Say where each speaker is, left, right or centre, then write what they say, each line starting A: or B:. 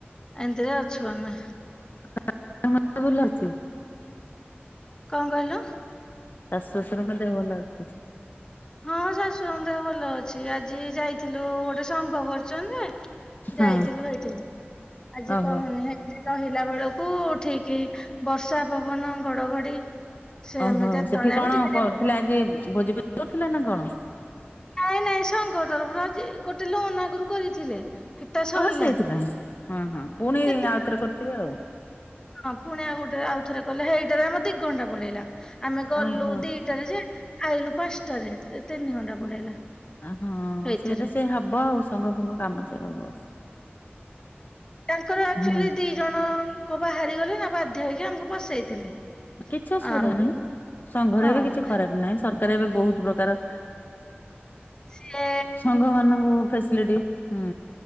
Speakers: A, on the left (about 20°); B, on the left (about 50°).
A: ଏମିତିରେ ଅଛୁ ଆମେ।
B: <unintelligible> ମତେ ଭଲ ଅଛି।
A: କଁ କହିଲ।
B: ଶାଶୁ ଶ୍ୱାଶୁରଙ୍କ ଦେହ ଭଲ ଅଛି।
A: ହଁ ଶାଶୁଙ୍କ ଦେହ ଭଲ ଅଛି ଆଜି ଯାଇଥିଲୁ ଗୋଟେ ସଂଘ କରିଚନ୍ତି ଯେ
B: ହଁ।
A: ଯାଇଥିଲୁ ହେଇଟିକି ଆଜି
B: ଓହୋ
A: କହନି ହେ ରହିଲା ବେଳକୁ ଠିକ ବର୍ଷା ପବନ ଘଡଘଡି ସେ
B: ଓହୋ
A: ଏମିତି ଏତେବେଳେ
B: ସେଠି କଣ
A: ବି ଟିକେ ଟିକେ
B: କରୁଥିଲେ
A: ପକଉନି।
B: ଆଜି ଭୋଜି ଭୋଜି ଦୋଉଥିଲେ ନା କଣ?
A: ନାଇଁ ନାଇଁ ସଙ୍ଗ ତରଫରୁ ଗୋଟେ ଲୋନ ଆଗରୁ କରିଥିଲେ। ହେଟା ସଇଲା।
B: ଓହ ସେଇଥିପାଇଁ ହଁ ହଁ ପୁଣି
A: କେତେ
B: ଆଉଥରେ କରିଥିବେ ଆଉ।
A: ହଁ ପୁଣି ଗୋଟେ ଆଉଥରେ କଲେ ହେଇଟାରେ ଆମ ଦିଘଣ୍ଟା ପଳେଇଲା ଆମେ ଗଲୁ
B: ଓହୋ।
A: ଦି ଟାରେ ଯେ ଆଇଲୁ ପାଞ୍ଚଟାରେ ତିନି ଘଣ୍ଟା ପଳେଇଲା।
B: ହଁ
A: ସେଇଥିରେ।
B: ସେଇଟା ସେଇଆ ହବ ଆଉ ସଙ୍ଗ ଫଙ୍ଗ କାମ ସେଇଆ ହବ।
A: ତାଙ୍କର ଆକ୍ଚୁଆଲି
B: ହୁଁ।
A: ଦି ଜଣଆଙ୍କ ବାହାରିଗଲେ ନା ବାଧ୍ୟ ହେଇକି ଆମକୁ ପସେଇଥିଲେ।
B: କିଛି ଅସୁବିଧା
A: ଆଉ
B: ନାହିଁ ସଂଘରେ
A: ହଁ
B: ବି କିଛି ଖରାପ ନାହିଁ ସର କାର ଏବେ ବହୁତ ପ୍ରକାର
A: ସେ
B: ସଂଘ ମାନଙ୍କୁ ଫେସିଲିଟି। ହୁଁ